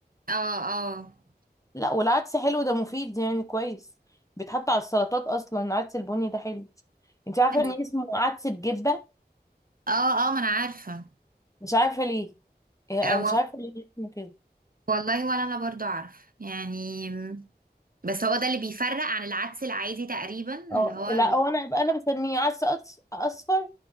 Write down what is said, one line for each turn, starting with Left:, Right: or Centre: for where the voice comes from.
Right: اه اه
Left: لا والعدس حلو ده مفيد يعني كويس بيتحط على السلطات اصلا العدس البني ده حلو انت عارفة
Right: أيوة.
Left: ان اسمه عدس بجبة
Right: اه اه ما انا عارفه
Left: مش عارفة ليه يعني
Right: آه
Left: انا مش
Right: وال-
Left: عارفه ليه اسمه كده
Right: والله ولا انا برضو اعرف يعني بس هو ده اللي بيفرق عن العدس العادي تقريبا
Left: اه
Right: اللي هو
Left: لا هو انا انا بسميه عدس أص- اصفر